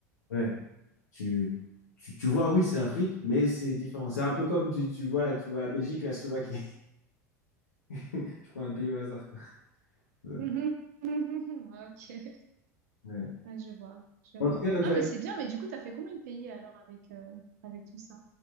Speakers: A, on the left; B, on the right.
A: Ouais, tu, tu, tu vois, oui, c'est l'Afrique, mais c'est différent. C'est un peu comme tu, tu vois, là, tu vois la Belgique et la Slovaquie. <laughs> Je crois un pays au hasard. quoi. Ouais.
B: D'accord. Ah, <laughs> Ok,
A: Ouais.
B: Ah, je vois, je vois.
A: En tout cas, intéressant.
B: Ah, mais c'est bien, mais du coup, t'as fait combien de pays alors avec, euh, avec tout ça?